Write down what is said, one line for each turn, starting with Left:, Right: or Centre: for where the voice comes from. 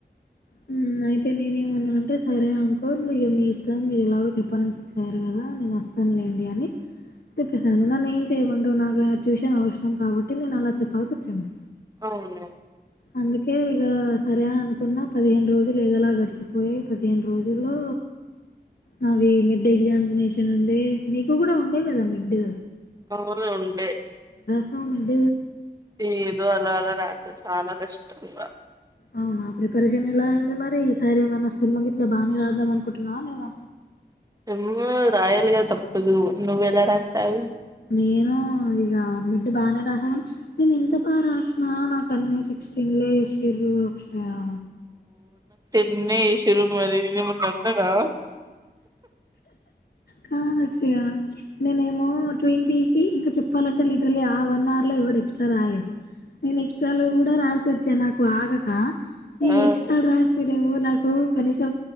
Left: హ్మ్ ఐతే నేనేమన్నానంటే సరే అంకుల్ మిగ మీ ఇష్టం మీరెలాగో చెప్పాలని ఫిక్స్ అయ్యార్ గదా నేనొస్. తన్లేండి అని చెప్పెసాను నన్నేమ్ చేయమంటవ్ నాకా ట్యూషన్ అవసరం కాబట్టి నేనలా చెప్పాల్సొచ్చింది.
Right: అవును
Left: అందుకే ఇక సరే అని అనుకున్న పదిహేను రోజులు ఏదలా గడిచిపోయాయి పదిహేను రోజుల్లో నావి మిడ్ ఎగ్జామినేషన్ ఏ నీకు కూడా ఉండే కదా మిడ్
Right: అవును ఉండే
Left: హా మిడ్
Right: ఏదో అలా అలా రాస చాలా కష్టంగా
Left: అవునా ప్రిపరేషన్ ఎలా అయింది మరి ఈసారి ఏమైనా సేమ్ గిట్ల బాగా రాద్దాం అనుకుంటున్నావా లేదా
Right: సెమ్ము రాయలిగ తప్పదు నువ్వెలా రాసావు.
Left: నేను ఇగ మిడ్డు బానే రాసా గాన్ నేనింత బా రాశా. నా నాకన్నే సిక్స్. టింగ్లే ఏషిర్రు అక్షయా.
Right: నిన్నే జేషిర్రు మరి నేనెమన్ననా.
Left: కానొచ్చిగ నెనేమో ట్వెంటీ కి ఇంక చెప్పాలంటే లిట్రలీ ఆ వన్నార్ లో ఎవడెక్స్ట్రా రాయడు. నేనెక్స్ట్రాలో గూడా రాసొ జనాకు ఆగక. ఇ
Right: ఆ
Left: ఎక్స్ట్రాల్ రాస్తనేమో నాక్. ఉ కనీసం